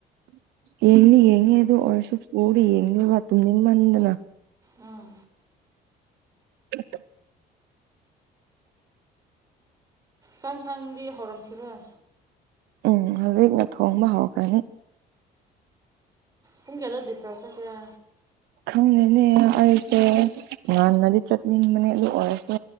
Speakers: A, on the right; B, on the right.
A: ꯌꯦꯡꯗꯤ ꯌꯦꯡꯉꯦ ꯑꯗꯣ ꯑꯣꯎꯔꯁꯨ <unintelligible> ꯌꯦꯉꯒ ꯇꯨꯝꯅꯤꯡꯃꯟꯗꯅ
B: ꯑꯥ
A: <unintelligible>
B: ꯆꯥꯛꯁꯪꯗꯤ ꯍꯧꯔꯝꯈꯤꯔꯣꯏ
A: ꯎꯝ ꯍꯧꯖꯤꯛꯅ ꯊꯣꯡꯕ ꯍꯧꯈ꯭ꯔꯅꯤ
B: ꯄꯨꯡ ꯀꯌꯥꯗ ꯗꯤꯟ ꯇꯧ ꯆꯠꯀꯦꯔ
A: ꯈꯪꯉꯦꯅꯦ ꯑꯩꯁꯦ ꯉꯥꯟꯅꯗꯤ ꯆꯠꯅꯤꯡꯕꯅꯦ ꯑꯗꯨ ꯑꯣꯏꯔꯁꯨ